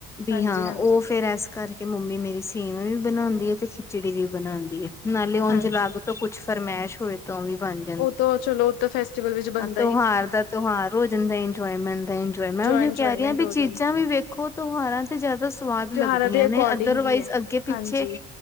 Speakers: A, on the left; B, on the left.
A: ਬੀ
B: ਹਾਂਜੀ
A: ਹਾਂ
B: ਹਾਂਜੀ
A: ਉਹ ਫੇਰ ਐਸ ਕਰਕੇ ਕਿ ਮੰਮੀ ਮੇਰੀ ਸੇਵੀਆਂ ਵੀ ਬਣਾਂਦੀ ਐ ਤੇ ਖਿਚੜੀ ਵੀ ਬਣਾਂਦੀ ਐ, ਨਾਲੇ ਉਂਝ
B: ਹਾਂਜੀ
A: ਲਾਗ ਤੋਂ ਫਰਮੈਸ਼ ਹੋਏ। ਤੋਂ ਓ ਵੀ ਬਣ ਜ
B: ਉਹ ਤਾਂ ਚਲੋ ਉਹ ਤਾਂ ਆ ਫੈਸਟੀਵਲ ਵਿੱਚ ਬੰਣ ਦਾ
A: ਤਿਉਹਾਰ ਦਾ ਤਿਉਹਾਰ ਹੋ ਜਾਂਦਾ ਇੰਜੋਏਮੈਂਟ ਦਾ ਇੰਜੋਏ ਮੈਂ ਉਹੀ
B: ਇੰਜੋਏਮੈਂਟ
A: ਕਹਿ ਰਹੀ ਹਾਂ ਵੀ
B: ਹੋ
A: ਚੀਜ਼ਾਂ
B: ਜਾਂਦੀ
A: ਵੀ ਵੇਖ ਖੋ ਤਿਉਹਾਰਾਂ ਤੇ ਜਿਆਦਾ ਸਵਾਦ
B: ਤਿਉਹਾਰਾਂ
A: ਲੱਗਦੀਆਂ
B: ਦੇ ਅਕੋਰਡਿੰਗ
A: ਨੇ ਅਦਰਵਾਈਜ਼
B: ਹੀ ਹੈ
A: ਅੱਗੇ ਪਿੱਛੇ
B: ਹਾਂਜੀ
A: ਏ